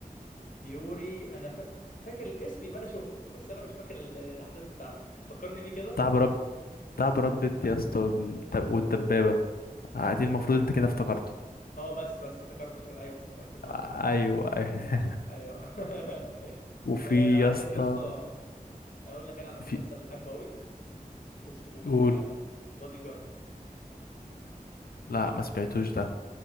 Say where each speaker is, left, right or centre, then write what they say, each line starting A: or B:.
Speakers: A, on the left; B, on the left.
A: يوري انا ف... فاكر الاسم يبقى انا شفته بس انا مش فاكر ال- الاحداث بتاعته فكرني بيه كده
B: بتاع براد بتاع براد بيت يا اسطى والت- والدبابه آه دي المفروض انت كده افتكرته
A: اه بس بس افتكرته كان ايوه افتكرت اللقطه
B: آه
A: دي
B: ايوه ايوه
A: ايوه <laughs>
B: <laughs> وفي
A: آه، عندك
B: يا اسطى
A: يا اسطى اقول لك انا على مسلسل
B: في
A: بحبه قوي اسمه
B: قول
A: بادي جارد
B: لا ما سمعتوش ده